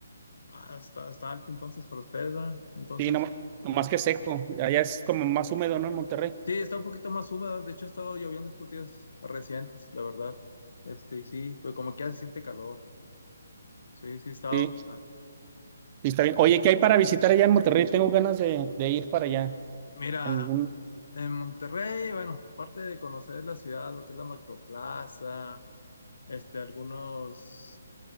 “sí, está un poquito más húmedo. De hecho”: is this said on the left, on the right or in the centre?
Left